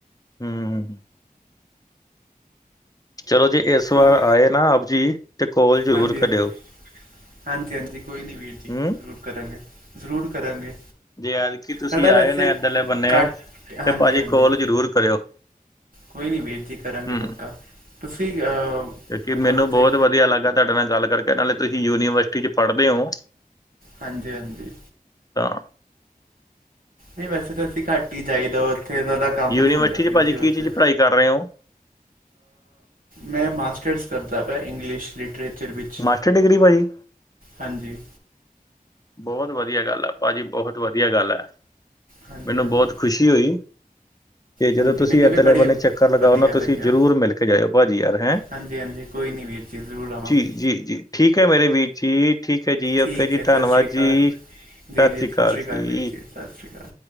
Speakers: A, on the left (about 25°); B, on the right (about 65°).
A: ਹਮ। ਚਲੋ, ਜੇ ਇਸ ਵਾਰ
B: ਉਹ
A: ਆਏ ਨਾ, ਆਪ ਜੀ। ਤੇ ਕੋਲ ਜ਼ਰੂਰ
B: ਹਾਂਜੀ,
A: ਕਰਿਓ
B: ਹਾਂਜੀ, ਹਾਂਜੀ, ਹਾਂਜੀ! ਕੋਈ ਨਹੀਂ, ਵੀਰ ਜੀ।
A: ਹੂੰ
B: ਜ਼ਰੂਰ। ਕਰਾਂਗੇ, ਜ਼ਰੂਰ ਕਰਾਂਗੇ।
A: ਜੇ ਐਦਕੀ ਤੁਸੀਂ
B: ਸਾਡਾ
A: ਆਏ
B: ਵੈਸੇ
A: ਨੇ ਇੱਧਰਲੇ ਬੰਨੇ,
B: ਘੱਟ ਹਾਂਜੀ
A: ਤੇ ਭਾਜੀ
B: ਹਾਂਜੀ
A: ਕੋਲ ਜ਼ਰੂਰ ਕਰਿਓ
B: ਕੋਈ ਨਹੀਂ, ਵੀਰ ਜੀ। ਕਰਾਂਗੇ,
A: ਹੂੰ
B: ਪੱਕਾ ਤੁਸੀਂ।
A: ਕਿਉਂਕਿ
B: ਮਤਲਬ
A: ਮੈਨੂੰ
B: ਉੱਥੇ
A: ਬਹੁਤ ਵਧੀਆ ਲੱਗਾ ਤੁਹਾਡੇ ਨਾਲ ਗੱਲ ਕਰਕੇ, ਨਾਲੇ ਤੁਸੀਂ ਯੂਨੀਵਰਸਿਟੀ 'ਚ ਪੜ੍ਹਦੇ ਹੋ।
B: ਹਾਂਜੀ, ਹਾਂਜੀ।
A: ਤਾਂ
B: ਨਹੀਂ, ਵੈਸੇ ਤਾਂ ਤੁਸੀਂ ਘੱਟ ਹੀ ਜਾਈਦਾ ਉੱਥੇ ਕੰਮ
A: ਯੂਨੀਵਰਸਿਟੀ
B: ਨੀ ਹੁੰਦਾ,
A: 'ਚ
B: ਵੀਰ
A: ਭਾਜੀ
B: ਜੀ,
A: ਕੀ
B: ਉੱਥੇ।
A: ਚੀਜ਼ ਪੜ੍ਹਾਈ ਕਰ ਰਹੇ ਹੋ
B: ਮੈਂ ਮਾਸਟਰਸ ਕਰਦਾ ਪਿਆ ਇੰਗਲਿਸ਼ ਲਿਟਰੇਚਰ ਵਿੱਚ।
A: ਮਾਸਟਰ ਡਿਗਰੀ ਭਾਜੀ
B: ਹਾਂਜੀ।
A: ਬਹੁਤ ਵਧੀਆ ਗੱਲ ਹੈ ਭਾਜੀ। ਬਹੁਤ ਵਧੀਆ ਗੱਲ ਹੈ।
B: ਹਾਂਜੀ
A: ਮੈਨੂੰ
B: ਹਾਂਜੀ
A: ਬਹੁਤ ਖ਼ੁਸ਼ੀ ਹੋਈ ਤੇ ਜਦੋਂ
B: ਹਾਂਜੀ
A: ਤੁਸੀਂ
B: ਮੈਨੂੰ
A: ਏਦਰਲੇ
B: ਵੀ ਬੜੀ
A: ਬੰਨੇ ਚੱਕਰ ਲਗਾਓ
B: ਵਧੀਆ
A: ਨਾ। ਤੁਸੀਂ
B: ਲੱਗਿਆ
A: ਜ਼ਰੂਰ ਮਿਲ ਕੇ ਜਾਇਓ ਭਾਜੀ ਯਾਰ ਹੈਂ।
B: ਹਾਂਜੀ ਹਾਂਜੀ ਕੋਈ ਨਹੀਂ ਵੀਰ ਜੀ ਜ਼ਰੂਰ ਆਵਾਂਗੇ
A: ਜੀ ਜੀ ਜੀ ਠੀਕ ਹੈ। ਮੇਰੇ ਵੀਰ ਜੀ ਠੀਕ ਹੈ ਜੀ। ਓਕੇ
B: ਠੀਕ
A: ਜੀ
B: ਹੈ ਸਤਿ
A: ਧੰਨਵਾਦ।
B: ਸ਼੍ਰੀ ਅਕਾਲ
A: ਜੀ ਸਤਿ
B: ਜੀ ਜੀ
A: ਸ੍ਰੀ
B: ਸਤਿ
A: ਅਕਾਲ
B: ਸ਼੍ਰੀ
A: ਜੀ।
B: ਵੀਰ ਸਤਿ ਸ਼੍ਰੀ ਅਕਾਲ